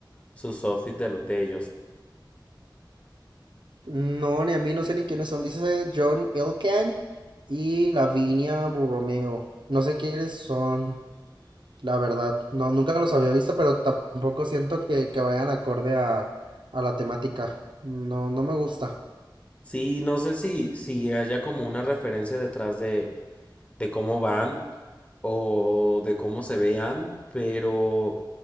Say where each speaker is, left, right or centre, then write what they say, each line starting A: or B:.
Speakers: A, on the left; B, on the right.
A: sus outfits de, lo- de ellos.
B: No, ni a mí no sé ni quiénes son. Dice John Ilken y Lavinia Borromeo. No sé quiénes son, la verdad. No, nunca los había visto, pero tampoco siento que, que vayan acorde a, a la temática. No, no me gusta.
A: Sí, no sé si, si haya como una referencia detrás de, de cómo van o de cómo se vean, pero...